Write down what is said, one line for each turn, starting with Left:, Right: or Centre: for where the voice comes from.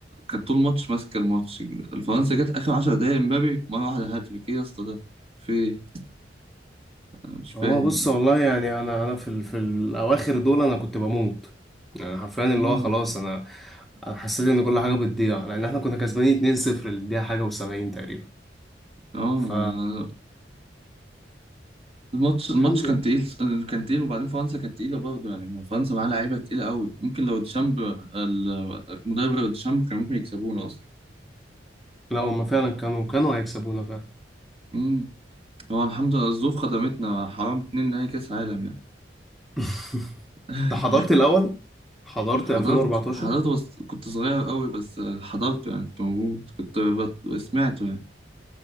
Right: كانت طول الماتش ماسكه الماتش الفرنسا جت اخر 10 دقايق امبابي مره واحده هاتريك ايه يا اسطى ده في إيه؟ انا مش فاهم
Centre: هو بص والله يعني انا انا في ال... في الاواخر دول انا كنت بموت يعني حرفيا اللي
Right: امم
Centre: هو خلاص انا انا حسيت ان كل حاجه بتضيع لان احنا كنا كسبانين 2-0 للدقيقه حاجه و70 تقريبا
Right: اه
Centre: ف
Right: ما- الماتش الماتش
Centre: الحمد
Right: كان
Centre: لله
Right: تقيل كان تقيل وبعدين فرنسا كانت تقيله برضه يعني ما فرنسا معاها لعيبه تقيله قوي ممكن لو ديشامب ال- المدرب غير ديشامب كان ممكن يكسبونا اصلا
Centre: لا هما فعلا كانوا كانوا هيكسبونا فعلا
Right: امم هو الحمد لله الظروف خدمتنا حرام اتنين نهائي كاس عالم يعني
Centre: <laughs>
Right: <laughs>
Centre: انت حضرت الاول حضرت
Right: حضرت
Centre: 2014
Right: حضرته بس كنت صغير قوي بس حضرته يعني كنت موجود كنت بت- سمعته يعني